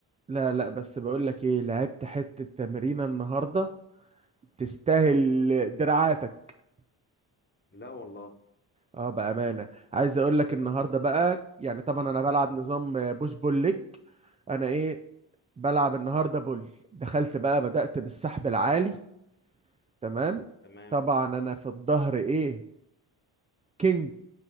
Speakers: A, on the right; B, on the left.
A: لا لا بس بقول لك ايه لعبت حته تمرينه النهارده تستاهل دراعاتك
B: لا والله
A: اه بامانه عايز اقول لك النهارده بقى يعني طبعا انا بلعب نظام آه، بوش بول ليج انا ايه بلعب النهارده بول دخلت بقى بدأت بالسحب العالي تمام
B: تمام
A: طبعا انا في الظهر ايه كينج